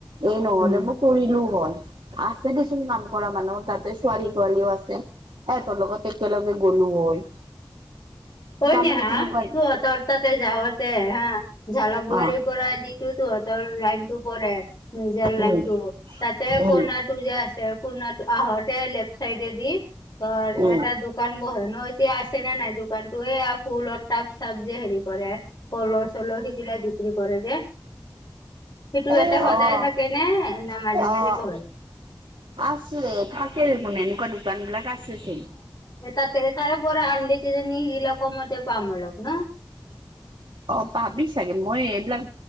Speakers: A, on the right; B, on the left.
A: এই নহলে
B: উম,
A: মোক কৰিলোও হল আছে দেচোন নাম কৰা মানুহ তাতে ছোৱালী বোৱিৰি আছে এ তোৰ লগত একেলগে গলো হয়
B: হয়
A: তাৰমানে
B: ন হা
A: কেনেকুৱা
B: তোৰ অত অ তাতে যাাৱতে হা ঝালক বোৱাৰাৰীৰ
A: অ',
B: পৰা দি তোহঁতৰ লাইনতটো পৰে মউজিয় লাইন
A: উম,
B: টো তাতে
A: উম,
B: কণাত যে আ ক আহতে লেফ চাইড দি
A: উম।
B: এটা দোকান বহে ন এতিয়া আছে নাই দোকানতটো এই ফুলত তাপ চাপ যে হেৰি কৰে কলহ চলহ সিগিলাক বিক্ৰী কৰে যে সিটো
A: অ',
B: এতে সদায় থাকে নে না মাজে মাজে
A: অ',
B: বঢ়ে
A: আছে ফচ ম এনেকুৱা দোকান বিলাক আছে চ
B: এটাাত এ তাৰে পৰা আনিলে কিজানি নিহিল কমতে পাম অলপ ন
A: অ ভাবি চাগে মই এইবিলাক